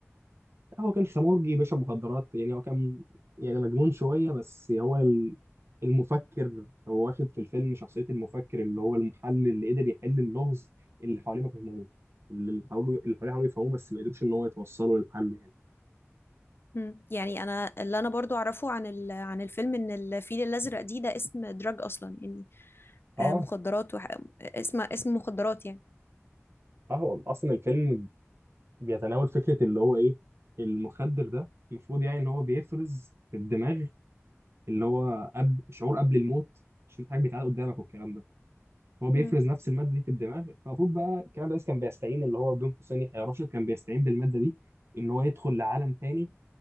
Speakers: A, on the right; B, on the left.
A: هو كان خمورجي باشا مخدرات يعني هو كان يعني مجنون شوية بس هو ال- المفكر هو واخد في الفيلم شخصية المفكر اللي هو المحلل اللي قدر يحل اللغز اللي حواليه ما فهموه اللي حاولوا اللي حواليه حاولوا يفهموه بس ما قدروش ان هو يتوصلوا للحل يعني
B: مم. يعني انا اللي انا برضو اعرفه عن ال... عن الفيلم ان الفيل الازرق دي ده اسم دراج اصلا يعني
A: اه
B: آه، مخدرات وح... اسم اسم مخدرات يعني
A: اه هو اصلا الفيلم بيتناول فكرة اللي هو ايه المخدر ده المفروض يعني ان هو بيفرز في الدماغ اللي هو قبل شعور قبل الموت شوف حاجة بيتعاد قدامك والكلام ده هو بيفرز
B: مم.
A: نفس الماده دي في الدماغ فالمفروض بقى الكلام ده كان بيستعين اللي هو بين قوسين يحيى راشد كان بيستعين بالماده دي ان هو يدخل لعالم تاني